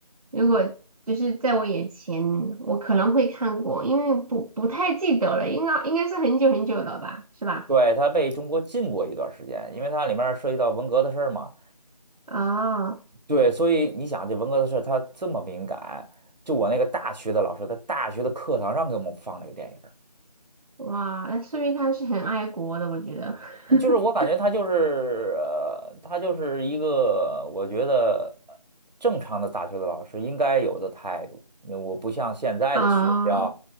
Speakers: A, on the right (about 65°); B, on the right (about 80°).
A: 如果就是在我眼前，我可能会看过，因为不不太记得了，应该应该是很久很久了吧，是吧？
B: 对，他被中国禁过一段时间，因为它里面涉及到文革的事儿嘛。
A: 啊，
B: 对，所以你想，这文革的事儿他这么敏感，就我那个大学的老师，在大学的课堂上给我们放这个电影儿
A: 哇，那说明他是很爱国的，我觉得。<laughs>
B: 就是我感觉他就是，呃，他就是一个我觉得呃正常的大学的老师应该有的态度。那我不像现在的学校，
A: 啊